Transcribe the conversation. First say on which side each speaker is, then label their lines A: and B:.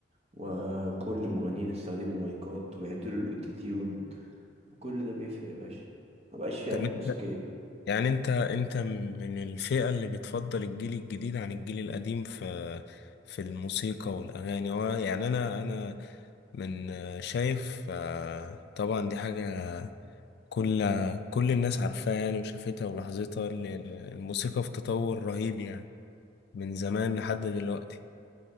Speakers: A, on the right; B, on the left.
A: وكل المغنيين استخدموا مايكات ويعدلوا الاوتوتيون وكل ده بيفرق يا باشا مبقاش في
B: تمام
A: آلات موسيقية
B: يعني انت انت من الفئة اللي بتفضل الجيل الجديد عن الجيل القديم في في الموسيقى والأغاني هو يعني انا انا من شايف آه، طبعا دي حاجة كل كل الناس عارفاها يعني وشافتها ولاحظتها ال- الموسيقى في تطور رهيب يعني من زمان لحد دلوقتي